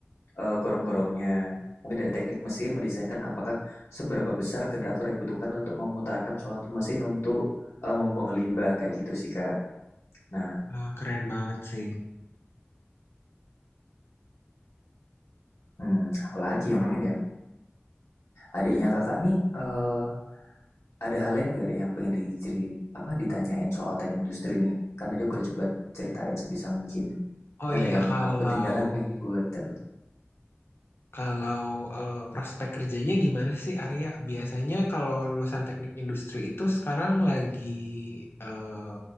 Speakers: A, on the left; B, on the left.
A: eh, gorong-gorongnya. Mungkin dari teknik mesin mendesainkan apakah seberapa besar generator yang dibutuhkan untuk memutarkan suatu mesin untuk eh, membuang limbah kayak gitu sih Kak. Nah,
B: Ah, keren banget sih.
A: hmm, apalagi yang mungkin ya adiknya kakak nih eh, Ada hal lain nggak yang pengen dicerit, apa, ditanyain soal teh industri nih? Kan tadi aku udah coba ceritain sebisa mungkin.
B: Oh
A: Mungkin
B: iya,
A: ada yang
B: kalau
A: aku ketinggalan nih, gue takut.
B: kalau eh, prospek kerjanya gimana sih Arya? Biasanya kalau lulusan teknik industri itu sekarang lagi eh,